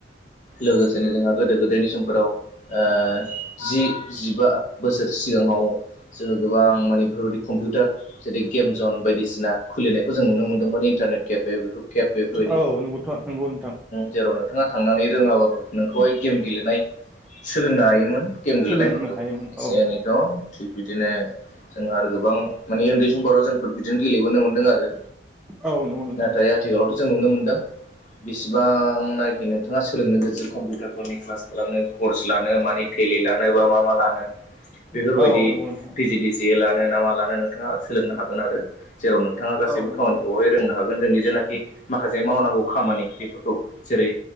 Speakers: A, on the left (about 40°); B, in the centre.
A: लोगोसेनो जोंहा गोदो गोदायनि समफोराव ओ जि जिबा बोसोर सिगाङाव जोङो गोबां माने बेफोरबायदि कम्पिउटार जेरै गेम जन बायदिसि ना खुलिनायखौ जों नुनो मोनदोंमोन इन्टारनेट केेपे केेप बेफोरबायदि
B: औ नंगौथ' नंगौ नोंथां
A: जेराव नोंथाङा थांनानै रोङाबाबो नोंखौहाय गेम गेलेनाय सोलोंनो हायोमोन गेम
B: सोलोंनो
A: गेलेनायफोरखौ
B: हायोमोन
A: एसे
B: औ
A: एनैथ' थिग बिदिनो जों आरो गोबां माने उन्दै समफोराव जोंफोर बिदिनो गेलेबोनो मोन्दों आरो
B: औ नंगौ नोंथां
A: नाथाय आथिखालावथ' जों नुनो मोनदों बेसिबांनाखि नोंथाङा सोलोंनो गोसो कम्पिउटारफोरनि क्लास खालामनो कर्स लानो मानि टेली लानो बा मा मा लानो बेफोरबायदि
B: औ नंगौ नोंथां
A: पि जि दि सि ए लानो ना मा लानो नोंथाङा सोलोंनो हागोन आरो जेराव नोंथाङा गासैबो
B: औ नंगौ
A: खामानिखौहाय
B: नोंथां औ
A: रोंनो हागोन जोंनि जेनाखि माखासे मावनांगौ खामानि बेफोरखौ जेरै